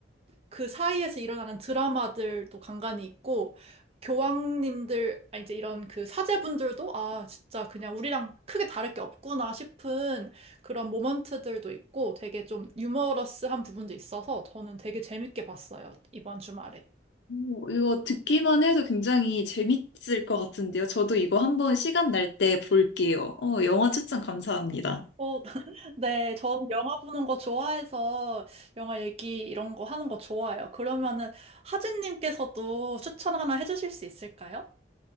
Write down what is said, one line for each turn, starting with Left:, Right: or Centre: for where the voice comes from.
Right: 그 사이에서 일어나는 드라마들도 간간이 있고, 교황님들, 아, 이제 이런 그 사제분들도, 아, 진짜 그냥 우리랑 크게 다를 게 없구나 싶은 그런 모먼트들도 있고, 되게 좀 유머러스한 부분도 있어서 저는 되게 재밌게 봤어요, 이번 주말에.
Left: 오, 이거 듣기만 해도 굉장히 재밌을 것 같은데요. 저도 이거 한번 시간 날 때 볼게요. 어, 영화 추천 감사합니다.
Right: 어, <laughs> 네, 저는 영화 보는 거 좋아해서 영화 얘기 이런 거 하는 거 좋아해요. 그러면은 하진님께서도 추천 하나 해주실 수 있을까요?